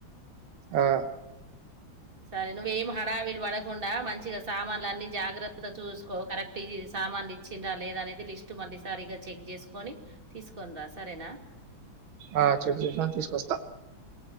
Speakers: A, on the right; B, on the right.
A: ఆ
B: సరే నువ్ ఏం హడావిడి వడకుండా మంచిగా సామాన్లు అన్ని జాగ్రత్తగా చూసుకో కరెక్ట్ ఇ సామాన్లు ఇచ్చిన్ రా లేదా అనేది లిస్ట్ మళ్ళీ సారిగా చెక్ చేసుకొని తీసుకొని రా సరేనా
A: ఆ చెక్ చేసాను తీసుకొస్తా